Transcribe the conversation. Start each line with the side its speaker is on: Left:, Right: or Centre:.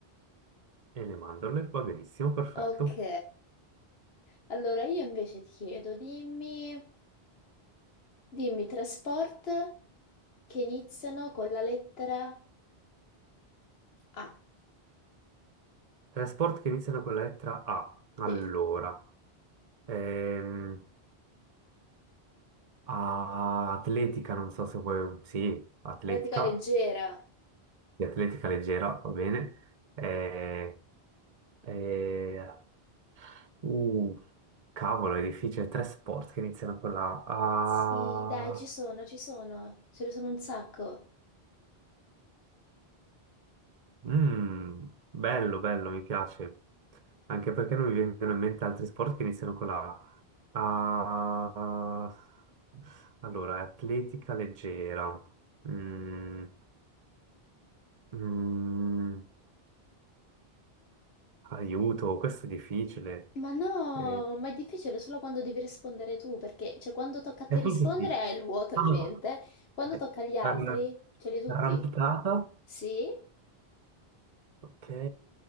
Right: le mandorle, va benissimo, perfetto.
Left: Ok, allora io invece ti chiedo, dimmi, dimmi tre sport che iniziano con la lettera A.
Right: Tre sport che iniziano con la lettera A. Allora,
Left: Sì,
Right: ehm, a- atletica, non so se vuoi... Sì, atletica,
Left: pratica leggera.
Right: di atletica leggera, va bene. Eh, E... Uh, cavolo, è difficile. Tre sport che iniziano con la A.
Left: Sì, dai, ci
Right: Ah,
Left: sono, ci sono, ce ne sono un sacco.
Right: mm, bello, bello, mi piace. Anche perché non mi vengono in mente altri sport che iniziano con la A. Ah, allora, atletica leggera. Mm, mm, aiuto, questo è difficile.
Left: Ma no,
Right: Eh,
Left: ma è difficile solo quando devi rispondere tu, perché cioè, quando tocca a te
Right: eh,
Left: rispondere
Right: forse sì.
Left: hai il vuoto
Right: Ah,
Left: in mente, quando
Right: eh,
Left: tocca agli altri
Right: arra-
Left: ce li hai tutti.
Right: arrampicata.
Left: Sì?
Right: Ok.